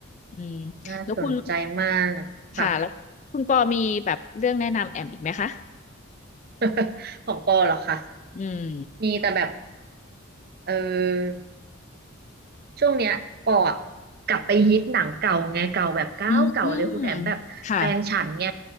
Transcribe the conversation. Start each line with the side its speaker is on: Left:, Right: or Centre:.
Left: อืม
Right: น่าสนใจมากค่ะ
Left: แล้วคุณ ค่ะแล้วคุณปอมีแบบเรื่องแนะนำแอมอีกไหมคะ
Right: <laughs> ของปอเหรอคะ
Left: อืม
Right: มีแต่แบบเออ ช่วงเนี้ยปออะกลับไปฮิตหนังเก่าไงเก่าแบบเก่าเก่าเลยคุณแอมแบบแฟนฉันไง
Left: อืมค่ะ